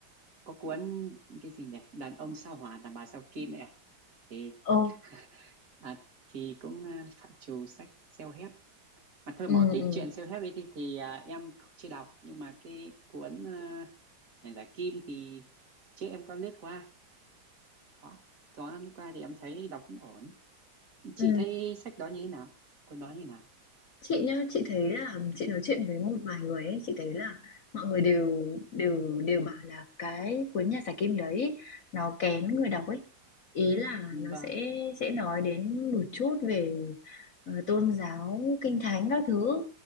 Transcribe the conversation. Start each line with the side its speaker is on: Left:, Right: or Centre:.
Right: có cuốn cái gì nhỉ đàn ông sao hỏa đàn bà sao kim ấy à thì
Left: Ồ,
Right: <laughs> à, thì cũng à, phạm trù sách self-help mà thôi
Left: ừ
Right: bỏ cái
Left: ừ
Right: chuyện self-help ấy thì, thì à, em chưa đọc nhưng mà cái cuốn à, này là Kim thì trước em có lướt qua có có lướt qua thì em thấy đọc cũng ổn chị
Left: ừ
Right: thấy sách đó như thế nào cuốn đó như thế nào
Left: chị nhá chị thấy là chị nói chuyện với một vài người ấy, chị thấy là mọi người đều đều đều bảo là cái cuốn nhà giải kim đấy nó kén người đọc ấy ý là
Right: Ừ,
Left: nó
Right: vâng
Left: sẽ sẽ nói đến một chút về ờ, tôn giáo kinh thánh các thứ